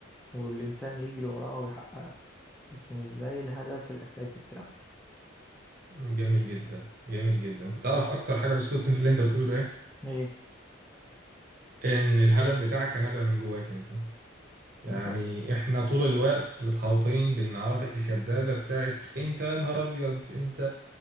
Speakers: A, in the centre; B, on the right (about 45°).
A: والإنسان يجري وراها ويحققها بس مش زي الهدف الأساسي بتاعه
B: جميل جدا جميل جدا انت تعرف اكتر حاجة بسطتني في اللي انت بتقوله ده إيه؟
A: ايه
B: ان الهدف بتاعك كان ابقى من جواك انت يعني
A: بالظبط
B: احنا طول الوقت متحوطين بالنعرات الكدابة بتاعت انت يا نهار ابيض انت